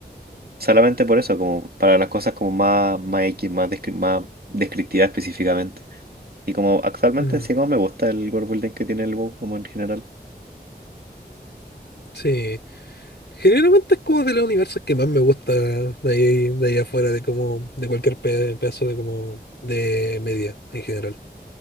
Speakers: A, on the right; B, on the left.
A: solamente por eso, como para las cosas como más, más X, más, descri- más descriptivas específicamente. Y como actualmente
B: Mm,
A: en sí como me gusta el world building que tiene el WoW como en general.
B: sí. Generalmente es como de los universos que más me gusta de ahí, de ahí afuera, de como, de cualquier pe- pedazo de como de media en general.